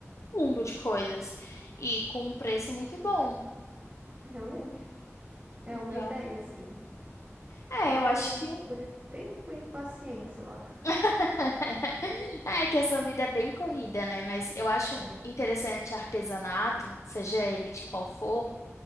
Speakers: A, on the left; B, on the right.
A: mundo de coisas e com um preço muito bom.
B: Realmente. É
A: Então,
B: uma ideia, assim.
A: é,
B: Falta,
A: eu acho
B: às vezes,
A: que
B: um pouco de tempo e paciência, eu acho.
A: <laughs> é que a sua vida é bem corrida, né? Mas eu acho
B: É,
A: interessante artesanato, seja ele de qual for.